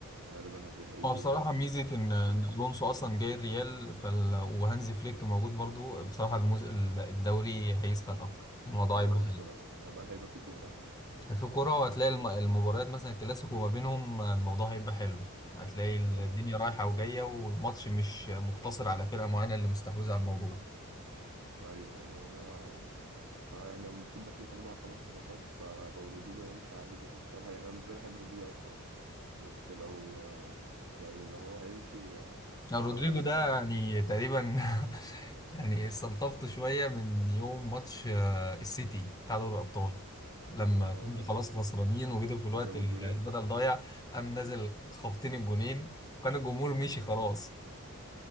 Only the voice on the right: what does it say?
غالبا هي- هيجي
برضه
وداخلين
اه
كورة هيبقى هيبقى في كورة يعني
اه
ايوه ايوه يعني المفروض داخل في اربع خمس صفقات فلو رودريجو هيمشي عادي كده كده الصراحة يعني انا بالنسبة لي بحب رودريجو أوي الصراحة بس لو يعني لو هو هيمشي او
انا كده
كده
اصلا
اه
ده اللي
جاب
الجونين